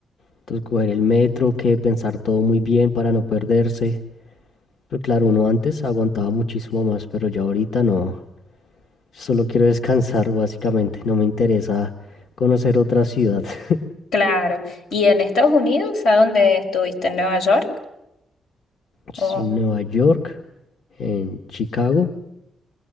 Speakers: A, on the left; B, on the left.
A: Entonces, coger el metro, que pensar todo muy bien para no perderse. Pero claro, uno antes aguantaba muchísimo más, pero ya ahorita no. Solo quiero descansar, <laughs> básicamente. No me interesa conocer otra ciudad. <laughs>
B: Claro. ¿Y en Estados Unidos? ¿A dónde estuviste? ¿En Nueva York?
A: Sí,
B: Oh,
A: Nueva York, en Chicago